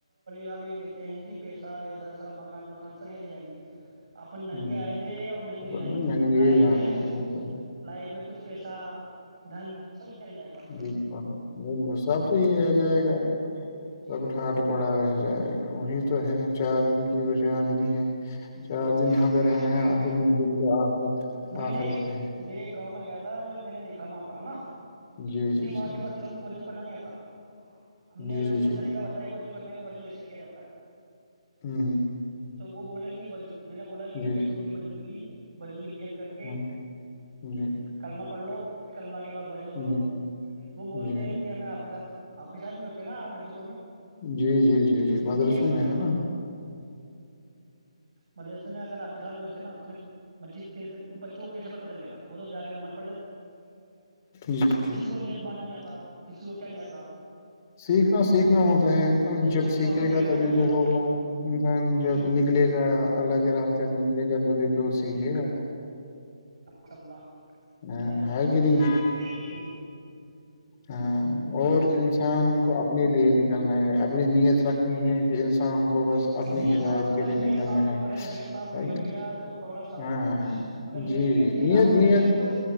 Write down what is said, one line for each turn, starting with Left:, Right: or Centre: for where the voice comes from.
Right: صاب یہ کہتے ہیں کہ پیسہ ویسہ سب مکان وکان سبیرے جائیں گے اپن ننگے
Left: ہوں
Right: آئے تھے اور ننگے
Left: پر
Right: جائیں
Left: نا
Right: گے
Left: ننگے
Right: لائف
Left: ہی جانے
Right: میں
Left: ہیں وہ تو ہے.
Right: لائف میں کچھ پیسہ درم س چل جائے گا
Left: بالکل بالکل سب تو یہیں رہ جائے گا
Right: جی
Left: سب ک ھاٹ پڑا رہ جائے گا وہی تو ہے چار دن کی وجہ آدنی ہے
Right: جی
Left: چار دن
Right: یہاں
Left: رہنا
Right: پہ رہ
Left: ہے اصل منزل تو آخرت
Right: میں
Left: آخرت
Right: نے ایک
Left: ہے
Right: میں ایک گاؤں میں گیا تھا جو میں نے دیکھا وہاں پر ہے نا
Left: جی جی
Right: کہ وہاں
Left: جی
Right: کے بچوں کو بج ککن نہیں آتا ہم
Left: جی
Right: نے ان
Left: جی
Right: کو
Left: جی
Right: طریقہ بتایا وہ جو کرنے کا باجو ایسا کیا جاتا ہے
Left: ہوں
Right: تو وہ بولے بجو میں نے بولا کہ نہیں
Left: جی
Right: ہے تو اسفسی وجو کی بھی بجو کی نیت کر کے
Left: ہاں جی
Right: کللمہ پڑھ لو کلما کے واجو کرو
Left: جی
Right: وہ بولتے
Left: جی
Right: ہیں کہ ہمیں آپ کے ساتھ آپ حسب نہیں ہوتے نا مسجد
Left: جی جی جی جی مدرسوں
Right: کرتے
Left: میں
Right: ہیں
Left: ہے
Right: بتاؤ مدرسے میں اگر آپ نہیں ہوتے نا تو پھر مسجد کیے ان بچوں کو کیسے پتا چلےا ادھر جا کے نمر پ
Left: جی جی
Right: کسی کو نیت باندھنا نہیں آتا کسی کو کیا نہیں آتا
Left: سیکھنا سیکھنا ہوتا ہے انسان
Right: جی
Left: جب
Right: وہ
Left: سیکھے
Right: ہم کہہ
Left: گا
Right: رہے ہیں
Left: تبھی
Right: نا بھیا
Left: تو ہوگا
Right: کہ
Left: انسان جب
Right: کہ
Left: نکلے گا اللہ کے راستے میں نکلے گا تبھی تو سیکھے گا
Right: س اللہ
Left: ہاں،
Right: کیا بہت
Left: ہے
Right: گلا
Left: کہ نہیں
Right: ج جی
Left: ہاں اور انسان کو اپنے لیے نکلنا ہے اپنی نیت رکھنی ہے کہ انسان کو بس اپنی
Right: نیت
Left: ہدایت
Right: صاف اگر
Left: کے لیے
Right: نیت
Left: نکلنا
Right: صاف ہو
Left: ہے
Right: اگر نیت صاف
Left: ہے
Right: ہوگی نا
Left: کہ-
Right: بھیا تو اوپر والا ساتھ دیتا
Left: ہاں
Right: ہے
Left: ہاں جی
Right: اگر نیت
Left: جی
Right: ہی گندی
Left: نیت
Right: ہے نا آدمی
Left: نیت
Right: کی تو